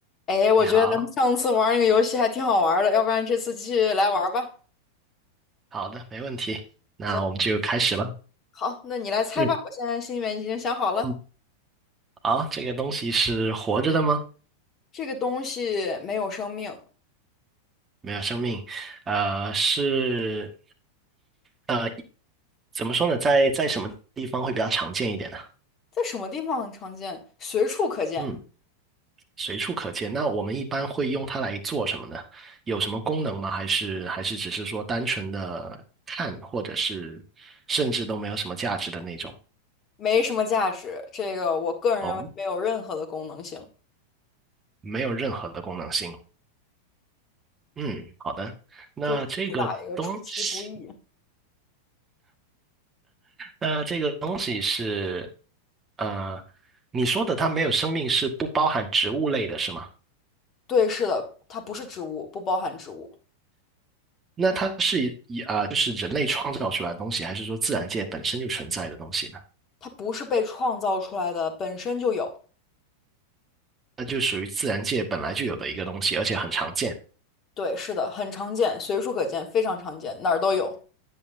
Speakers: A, on the left; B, on the right.
A: 哎，我觉得咱们上次玩儿那个游戏还挺好玩儿的，
B: 你好，
A: 要不然这次继续来玩儿吧。
B: 好的，没问题。那我们就开始吧。
A: 行，好，那你来猜吧。
B: 嗯
A: 我现在心里面已经想好了，
B: 嗯，好，这个东西是活着的吗？
A: 这个东西没有生命，
B: 没有生命，呃，是，呃，怎么说呢？在在什么地方会比较常见一点呢？
A: 在什么地方很常见？随处可见，
B: 嗯，随处可见。那我们一般会用它来做什么呢？有什么功能吗？还是还是只是说单纯的看，或者是甚至都没有什么价值的那种？
A: 没什么价值。这个我个人认为没有任何的功能性，
B: 哦，没有任何的功能性。嗯，好的。那这个东西，
A: 就是主打一个出其不意。
B: 那这个东西是，呃，你说的它没有生命是不包含植物类的，是吗？
A: 对，是的，它不是植物，不包含植物，
B: 那它是以啊、就是人类创造出来的东西，还是说自然界本身就存在的东西呢？
A: 它不是被创造出来的，本身就有。
B: 那就属于自然界本来就有的一个东西，而且很常见。
A: 对，是的，很常见，随处可见，非常常见，哪儿都有。